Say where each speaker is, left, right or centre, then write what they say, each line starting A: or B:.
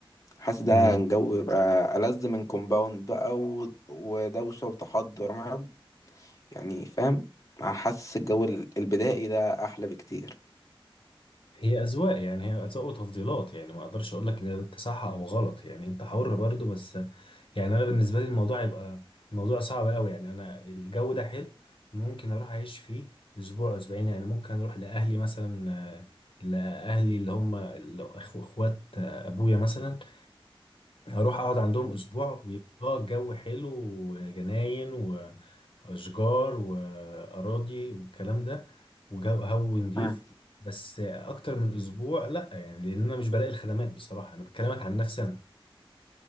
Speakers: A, on the left; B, on the left.
A: حاسس
B: مم.
A: ده الجو يبقى ألذ من كومباوند بقى و... ودوشة وتحضر مع يعني فاهم حاسس الجو ال- البدائي ده أحلى بكتير
B: هي أذواق يعني هي أذواق وتفضيلات يعني ما أقدرش أقول لك إن ده صح أو غلط يعني أنت حر برضو بس يعني انا بالنسبه لي الموضوع يبقى الموضوع صعب قوي يعني انا الجو ده حلو ممكن اروح اعيش فيه اسبوع اسبوعين يعني ممكن اروح لاهلي مثلا آه، لاهلي اللي هم ال- أخو- اخوات آه، ابويا مثلا اروح اقعد عندهم اسبوع ويبقى آه الجو حلو وجناين واشجار واراضي والكلام ده وجو هو نضيف
A: اه
B: بس اكتر من اسبوع لا يعني لان انا مش بلاقي الخدمات بصراحه انا بكلمك عن نفسي انا